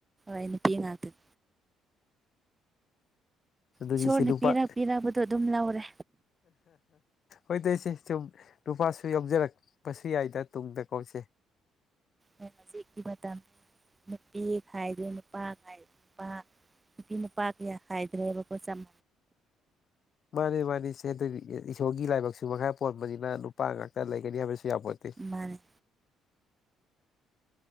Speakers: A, on the right (about 20°); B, on the left (about 45°).
A: ꯑꯩ ꯅꯨꯄꯤ ꯉꯥꯛꯇꯅꯤ
B: ꯑꯗꯨꯗꯤ
A: ꯏꯁꯣꯔꯅ
B: ꯏꯆꯦ ꯅꯨꯄꯥ
A: ꯄꯤꯔ ꯄꯤꯕꯗꯣ ꯑꯗꯨꯝ ꯂꯧꯔꯦ
B: ꯍꯣꯏ ꯇꯣꯏꯁꯦ ꯁꯨꯝ ꯅꯨꯄꯥꯁꯨ ꯌꯥꯎꯖꯔꯛꯄꯁꯨ ꯌꯥꯏꯗ ꯇꯨꯡꯗ ꯀꯧꯁꯦ <inaudible>
A: ꯍꯧꯖꯤꯛꯀꯤ ꯃꯇꯝ ꯅꯨꯄꯤ ꯈꯥꯏꯗꯨ ꯅꯨꯄꯥ ꯈꯥꯏ ꯅꯨꯄꯥ ꯅꯨꯄꯤ ꯅꯨꯄꯥ ꯀꯌꯥ ꯍꯥꯏꯗ꯭ꯔꯦꯕꯀꯣ ꯆꯝ
B: ꯃꯥꯅꯤ ꯃꯥꯅꯤ ꯁꯦꯟ ꯏꯁꯣꯔꯒꯤ ꯂꯥꯏꯕꯛꯁꯨ ꯃꯈꯥꯏ ꯄꯣꯟꯕꯅꯤꯅ ꯅꯨꯄꯥ ꯉꯥꯛꯇ ꯂꯩꯒꯅꯤ ꯍꯥꯏꯕꯁꯨ ꯌꯥꯄꯠꯇ
A: ꯃꯥꯟꯅꯩ